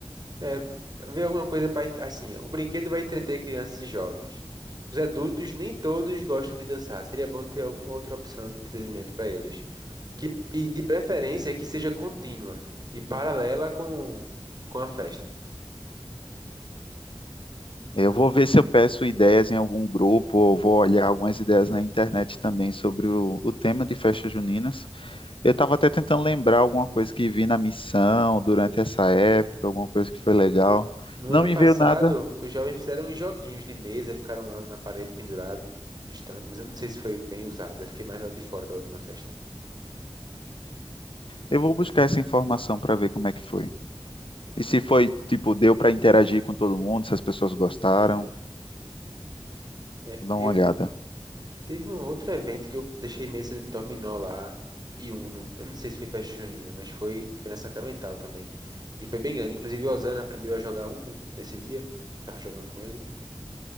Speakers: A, on the right; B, on the left.
A: é ver alguma coisa para... Assim, o brinquedo vai entreter crianças e jovens. Os adultos, nem todos gostam de dançar. Seria bom ter alguma outra opção de entretenimento para eles. Que, e de preferência que seja contínua e paralela com, com a festa.
B: Eu vou ver se eu peço ideias em algum grupo, ou vou olhar algumas ideias na internet também sobre o, o tema de festas juninas. Eu estava até tentando lembrar alguma coisa que vi na missão durante essa época, alguma coisa que foi legal.
A: No
B: Não
A: ano
B: me
A: passado,
B: veio nada.
A: os jovens fizeram uns joguinhos de mesa, ficaram lá na parede pendurado no stand, mas eu não sei se foi bem usado. Eu fiquei mais lá de fora da última festa.
B: Eu vou buscar essa informação para ver como é que foi. E se foi, tipo, deu para interagir com todo mundo, se as pessoas gostaram.
A: É,
B: Vou dar
A: eu
B: uma olhada.
A: teve um outro evento que eu deixei mesa de dominó lá e Uno. Eu não sei se foi festa junina, mas foi, foi na Sacramental também. E foi bem grande. Inclusive, o Osana aprendeu a jogar Uno nesse dia. que Tava jogando com ele.